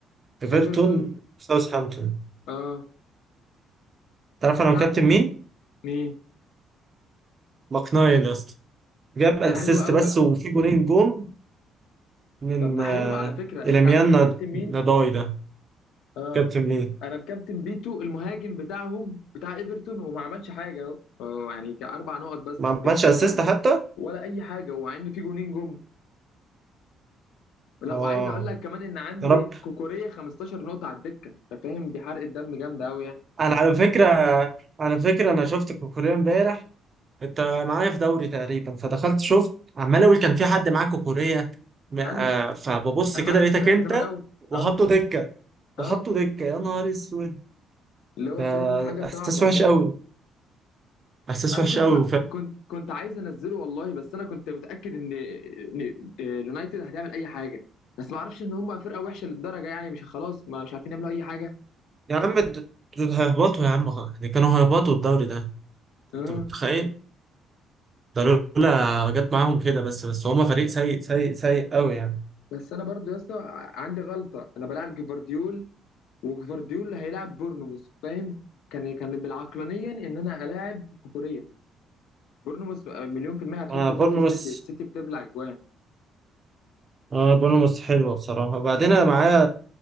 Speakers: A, on the right; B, on the left.
A: إيفرتون
B: ايفرتون
A: ساوثهامبتون
B: اه
A: تعرف انا
B: تعرف
A: مكابتن مين؟
B: مين
A: مقنعي يا اسطى جاب اسيست
B: آه، حلو قوي
A: بس وفي جولين جون من
B: طب ما
A: آه،
B: حلو على فكره انت
A: إليميان
B: عارف انا مكابتن
A: ند-
B: مين
A: نداي ده
B: اه
A: كابتن مين؟
B: انا مكابتن بيتو المهاجم بتاعهم بتاع ايفرتون وما عملش حاجه اهو آه، يعني كاربع نقط بس
A: ما
B: بالكابتنه
A: عملش اسيست حتى؟
B: ولا اي حاجه ومع ان في جونين جم لا
A: اه
B: وعايز اقول لك كمان ان عندي
A: يا رب
B: كوكوريه 15 نقطه على الدكه انت فاهم دي حرقه دم جامده قوي يعني
A: انا على فكره على فكره انا شفت كوكوريا امبارح انت معايا في دوري تقريبا فدخلت شفت عمال اقول كان في حد معاه كوكوريا م- آه،
B: انا
A: فببص
B: انا
A: كده
B: معاك
A: لقيتك
B: في كوريا
A: انت
B: من زمان قوي
A: وحطه
B: اه
A: دكه وحطه
B: اه
A: دكه يا نهار اسود
B: اللي هو
A: ده
B: فاهم حاجه صعبه
A: احساس وحش
B: بجد
A: قوي احساس
B: انا
A: وحش
B: كنت
A: قوي
B: كنت كنت عايز انزله والله بس انا كنت متاكد ان إن آه، اليونايتد هتعمل اي حاجه بس ما اعرفش ان هم فرقه وحشه للدرجه يعني مش خلاص ما مش عارفين يعملوا اي حاجه
A: يا عم د- دول هيهبطوا يا عم يعني كانوا هيهبطوا الدوري ده
B: اه
A: انت متخيل ده لولا جت معاهم كده بس بس هما فريق سيء سيء سيء قوي يعني
B: بس انا برضو يا اسطى ع- عندي غلطه انا بلعب جفارديول وجفارديول هيلاعب بورنموث فاهم كان كان بالعقلانيا ان انا الاعب كوريا بورنموث مليون في المية هتحط
A: ما
B: جون
A: بورنموث
B: في السيتي السيتي بتبلع جوان
A: آه بورنموث حلوه بصراحه وبعدين انا معايا